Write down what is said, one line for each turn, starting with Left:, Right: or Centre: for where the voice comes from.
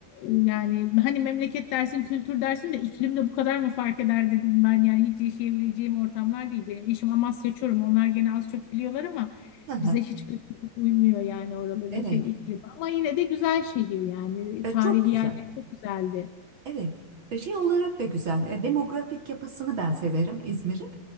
Left: yani hani memleket dersin, kültür dersin de iklimde bu kadar mı fark eder dedim ben. Yani hiç yaşayabileceğim ortamlar değil benim. Eşim Amasya Çorum. Onlar gene az çok biliyorlar ama
Right: Hı hı.
Left: bize hiçbir uymuyor yani oraların
Right: Evet.
Left: şey iklimi. Ama yine de güzel şehir yani.
Right: E,
Left: Tarihi
Right: çok güzel.
Left: yerleri çok güzeldi.
Right: Evet. E, Şey olarak da güzel. E, Demografik yapısını ben severim İzmir'in.